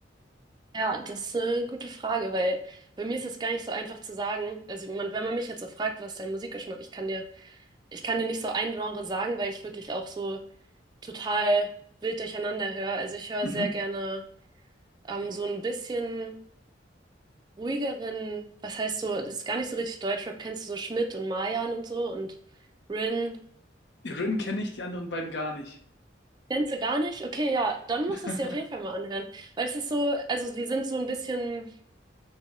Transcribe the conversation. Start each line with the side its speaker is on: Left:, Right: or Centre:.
Right: Ja, das ist eine gute Frage, weil bei mir ist es gar nicht so einfach zu sagen. Also man, wenn man mich jetzt so fragt, was ist dein Musikgeschmack, ich kann dir, ich kann dir nicht so ein Genre sagen, weil ich wirklich auch so total wild durcheinander höre. Also ich höre
Left: Mhm.
Right: sehr gerne ähm, so ein bisschen ruhigeren, was heißt so, das ist gar nicht so richtig Deutschrap. Kennst du so Schmidt und Mayan und so und Rin?
Left: Die Rin kenne ich, die anderen beiden gar nicht.
Right: Kennst du gar nicht? Okay, ja, dann musst
Left: <laughs>
Right: du es dir auf jeden Fall mal anhören, weil es ist so, also die sind so ein bisschen